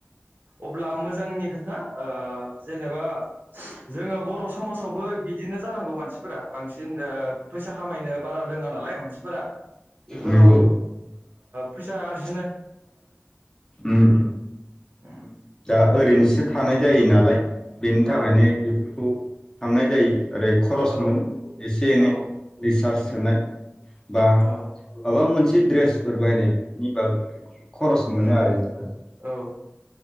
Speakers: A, on the right; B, on the left.
A: अब्ला मोजांनि खोथा ओ जेनेबा जोङो बर' समाजावबो बिदिनो जानांगौ मानसिफोरा बांसिन ओ फैसा खामायनो बारा रोङा नालाय मानसिफोरा बेफोराव
B: नंगौ
A: फैसा ओ आरजि
B: उम उम
A: उम
B: दा ओ रैनोसो थानाय जायो नालाय। बेनि थाखायनो
A: औ
B: बेफोरखौ खामनाय जायो। ओरै खरस
A: औ
B: मोनो एसे एनै
A: औ
B: रिसार्च
A: उम
B: सोनाय बा
A: औ
B: माबा मोनसे एसे ड्रेसफोर बायनाय नि बा खरस मोनो
A: औ
B: आरो
A: औ